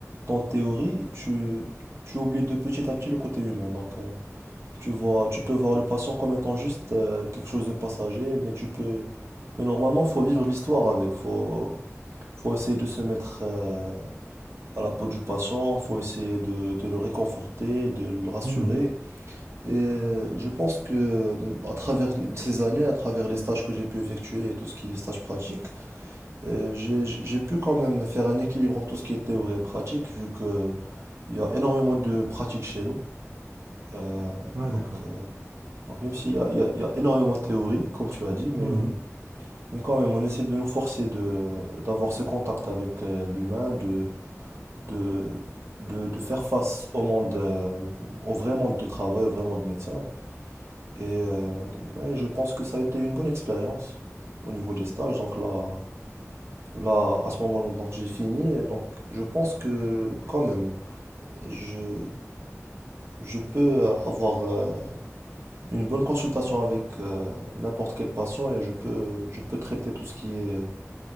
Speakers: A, on the right; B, on the right.
A: ton théorie, tu, tu oublies de petit à petit le côté humain. Donc, euh, tu vois, tu peux voir le patient comme étant juste euh, quelque chose de passager, mais tu peux, mais normalement, faut vivre l'histoire avec. Faut, faut essayer de se mettre euh, à la peau du patient. Faut essayer de, de le réconforter, de le rassurer.
B: Mhm.
A: Et euh, je pense que, à travers ces années, à travers les stages que j'ai pu effectuer et tout ce qui est stage pratique euh, j'ai j'ai pu quand même faire un équilibre entre tout ce qui est théorie et pratique, vu que il y a énormément de pratiques chez nous. Euh,
B: Ouais, d'accord.
A: donc, euh, donc même s'il y a, il y a- il y a énormément de théorie, comme tu as dit, mais,
B: Mhm.
A: mais quand même, on essaie de nous forcer de, d'avoir ce contact avec euh, l'humain, de, de, de, de faire face au monde, euh, au vrai monde de travail, au vrai monde de médecin. Et euh, ouais, je pense que ça a été une bonne expérience au niveau des stages. Donc là, Là, à ce moment-là, donc j'ai fini. et Donc, je pense que quand même, je, je peux euh, avoir euh, une bonne consultation avec euh, n'importe quel patient et je peux, je peux traiter tout ce qui est,